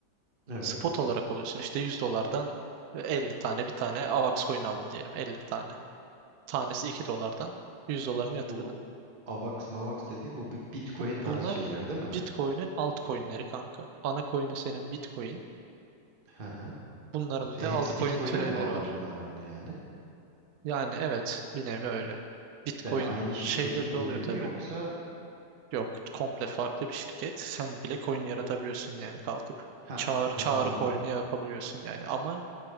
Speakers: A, on the right (about 35°); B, on the right (about 70°).
A: Evet.
B: Spot olarak alıyorsun. İşte 100 dolardan 50 tane bir tane AVAX coin aldın diyelim 50 tane. Tanesi 2 dolardan 100 dolarını yatırdın.
A: Bu AVAX MAVAX dediğim bu bir Bitcoin
B: Bu,
A: tarzı
B: bunlar
A: şeyler değil mi?
B: Bitcoin'in altcoin'leri kanka. Ana coin'i senin Bitcoin.
A: Hı hı.
B: Bunların
A: Hepsi
B: bir de altcoin
A: Bitcoin'e
B: türevleri
A: mi bağlı
B: var.
A: bunların yani?
B: Yani evet bir nevi öyle. Bitcoin
A: Yani aynı şirketin
B: şeyleri de
A: gibi
B: oluyor
A: mi
B: tabii.
A: yoksa
B: Yok komple farklı bir şirket. Sen bile coin yaratabiliyorsun yani kalkıp.
A: ha,
B: Çağır,
A: ha
B: çağrı
A: anladım.
B: coin'i yapabiliyorsun yani. Ama